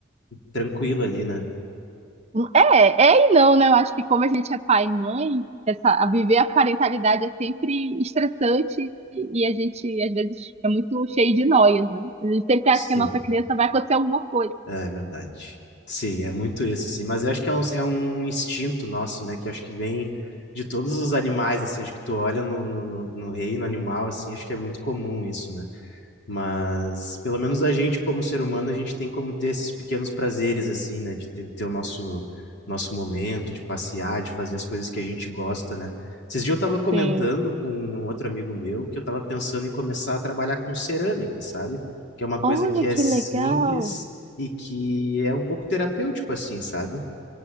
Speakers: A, on the left (about 60°); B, on the right (about 30°).
A: tranquila ali, né?
B: É, é e não, né? Eu acho que como a gente é pai e mãe, essa, a viver a parentalidade é sempre estressante e a gente, às vezes, é muito cheio de noias, né? A gente sempre
A: Sim,
B: acha que a nossa criança vai acontecer alguma coisa.
A: é verdade. Sim, é muito isso, assim, mas eu acho que é um, é um instinto nosso, né? Que acho que vem de todos os animais, assim, acho que tu olha no, no, no no reino animal, assim, acho que é muito comum isso, né? Mas pelo menos a gente, como ser humano, a gente tem como ter esses pequenos prazeres, assim, né? De ter, ter o nosso, nosso momento, de passear, de fazer as coisas que a gente gosta, né? Esses dias eu estava comentando
B: Sim.
A: com um outro amigo meu que eu estava pensando em começar a trabalhar com cerâmica, sabe? Que é uma coisa
B: Olha
A: que é
B: que
A: simples
B: legal!
A: e que é um pouco terapêutico, assim, sabe?